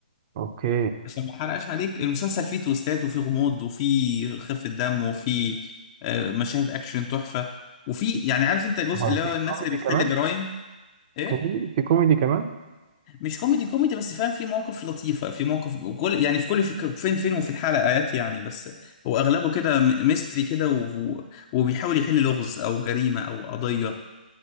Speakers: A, on the right; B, on the left.
A: اوكي
B: عشان ما احرقش عليك المسلسل فيه تويستات وفيه غموض وفيه خفة دم وفيه آه، مشاهد اكشن تحفة وفي يعني عارف انت الجزء
A: هو
B: اللي
A: في
B: هو الناس
A: كوميدي
B: اللي
A: كمان
B: بتحل جرايم ايه
A: كوميدي في كوميدي كمان
B: مش كوميدي كوميدي بس فاهم في مواقف لطيفة في مواقف وكل يعني في كل في فين فين وفي الحلقات يعني بس هو اغلبه كده م- ميستري كده و- و- وبيحاول يحل لغز او جريمة او قضية